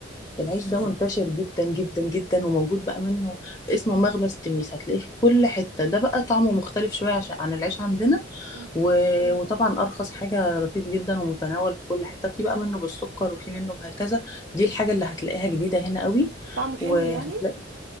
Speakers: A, on the left (about 20°); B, on the right (about 85°).
A: العيش ده منتشر جدا جدا جدا وموجود بقى منه اسمه مخبز تميس هتلاقيه في كل حتة ده بقى طعمه مختلف شوية عشان عن العيش عندنا
B: مم.
A: و... وطبعا أرخص حاجة رخيص جدا ومتناول في كل حتة في بقى منه بالسكر وفي منه بهكذا دي الحاجة اللي هتلاقيها جديدة هنا قوي
B: طعمه حلو
A: وهتلاقي
B: يعني